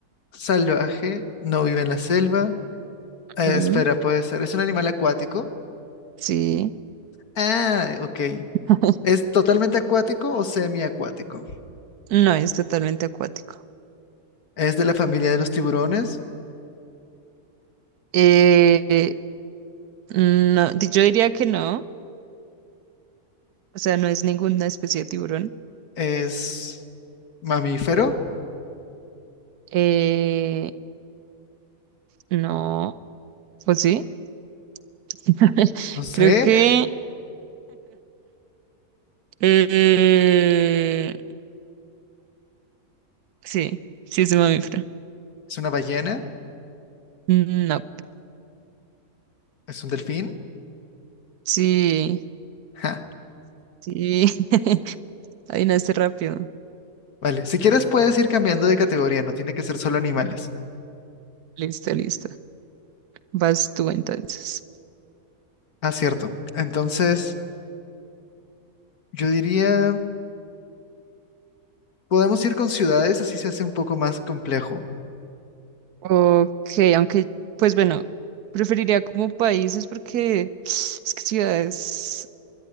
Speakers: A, on the left; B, on the right.
A: salvaje, no vive en la selva. Eh,
B: mm,
A: espera, puede ser. ¿Es un animal acuático?
B: sí.
A: Ah, ok.
B: <laughs>
A: ¿Es totalmente acuático o semiacuático?
B: No, es totalmente acuático.
A: ¿Es de la familia de los tiburones?
B: Eh, no, di- yo diría que no. O sea, no es ninguna especie de tiburón.
A: ¿Es mamífero?
B: Eh, no, pues sí. <laughs>
A: No sé.
B: Creo que eh, sí, sí es un mamífero.
A: ¿Es una ballena?
B: Mm, No,
A: ¿Es un delfín?
B: sí,
A: Ja.
B: sí, <laughs> adivinaste rápido.
A: Vale, si quieres puedes ir cambiando de categoría, no tiene que ser solo animales.
B: Listo, listo. Vas tú entonces.
A: Ah, cierto. Entonces, yo diría, podemos ir con ciudades, así se hace un poco más complejo.
B: Ok, aunque, pues bueno, preferiría como países porque <sniffs> es que ciudades.